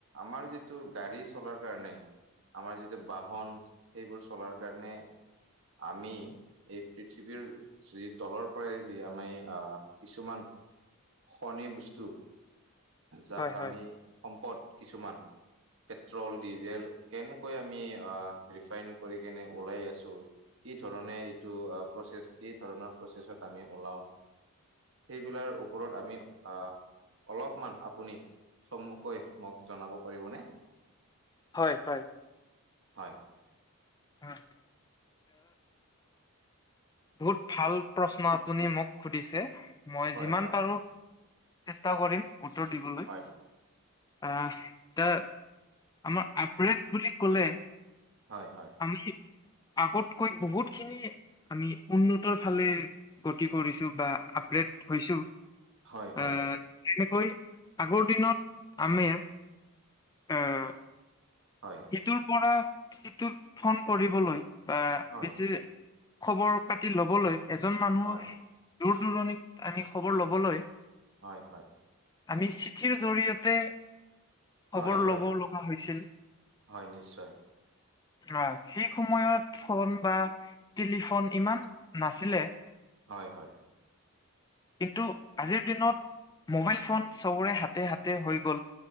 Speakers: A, on the right; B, on the left.
A: আমাৰ যিটো গাড়ী চলাৰ কাৰণে আমাৰ যিটো বাহন সেইবোৰ চলাৰ কাৰণে আমি এই পৃথিৱীৰ যি তলৰ পৰাই যি আমি আ কিছুমান খনিৰ বস্তু যাক
B: হয় হয়
A: আমি সম্পদ কিছুমান পেট্ৰল, ডিজেল কেনেকৈ আমি আ ৰিফাইন কৰি কেনে ওলাই আছো কি ধৰণে এইটো প্ৰচেছ কি ধৰণৰ প্ৰচেছত আমি ওলাও। সেইবিলাৰ ওপৰত আমি আ অলপমান আপুনি চমুকৈ মোক জনাব পাৰিবনে?
B: হয়, হয়।
A: হয়।
B: অ। বহুত ভাল প্ৰশ্ন আপুনি মোক সুধিছে। মই
A: হয়
B: যিমান
A: হয়
B: পাৰো চেষ্টা কৰিম উত্তৰ দিবলৈ।
A: হয়
B: আ ইটা আমাৰ আপ্ৰেড বুলি ক'লে
A: হয়, হয়।
B: আমি আগতকৈ বহুতখিনি আমি উন্নতৰ ফালে গতি কৰিছো বা আপগ্ৰেড হৈছো।
A: হয়, হয়।
B: আহ তেনেকৈ আগৰ দিনত আমি অ
A: হয়।
B: সিটোৰ পৰা সিটোত ফোন কৰিবলৈ বা
A: হয়
B: বেছি খবৰ পাতি লবলৈ এজন মানুহৰ
A: হয়
B: দূৰ দূৰণিত আমি খবৰ লবলৈ
A: হয় হয়।
B: আমি চিঠিৰ জৰিয়তে খবৰ
A: হয় হয়
B: লব লগা হৈছিল।
A: হয় নিশ্চয়।
B: অ সেই সময়ত ফোন বা টেলিফোন ইমান নাছিলে-
A: হয় হয়।
B: কিন্তু আজিৰ দিনত মোবাইল ফোন চবৰে হাতে হাতে হৈ গ'ল।